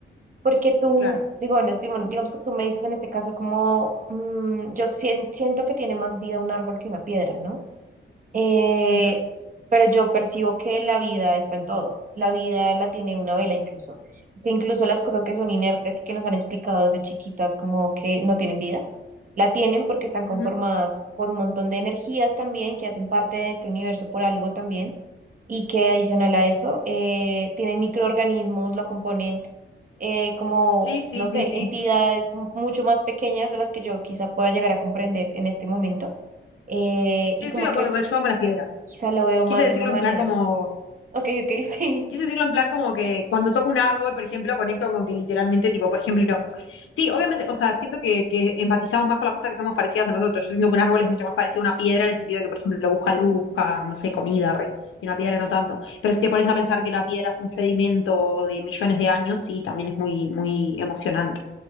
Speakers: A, on the right (about 40°); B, on the left (about 75°).
A: Porque tú,
B: Claro.
A: digo, en este- bueno, digamos que tú me dices en este caso como, mm, yo sien- siento que tiene más vida un árbol que una piedra, ¿no? Eh,
B: Ujú,
A: pero yo percibo que la vida está en todo. La vida la tiene una vela incluso. Que incluso las cosas que son inertes y que nos han explicado desde chiquitas como que no tienen vida, la tienen porque están conformadas
B: ujú.
A: por un montón de energías también que hacen parte de este universo por algo también y que adicional a eso eh, tienen microorganismos, lo componen eh, como,
B: Sí, sí,
A: no
B: sí,
A: sé,
B: sí.
A: entidades mu- mucho más pequeñas de las que yo quizá pueda llegar a comprender en este momento eh,
B: Sí,
A: y
B: estoy
A: como
B: de acuerdo,
A: que
B: igual yo amo las piedras.
A: Quizá lo veo
B: Quise
A: más
B: decirlo
A: de esa manera.
B: en plan como,
A: Ok, ok, <laughs> sí.
B: quise decirlo en plan como que cuando toco un árbol, por ejemplo, conecto con que literalmente, tipo, por ejemplo, sí, obviamente, o sea, siento que, que empatizamos más con las cosas que somos parecidas a nosotros. Yo siento que un árbol es mucho más parecido a una piedra en el sentido de que, por ejemplo, busca
A: Ujú,
B: luz, busca, no sé, comida, re, y una piedra no tanto. Pero si te pones
A: ok,
B: a pensar que la piedra es un sedimento de millones de años, sí, también es muy, muy emocionante.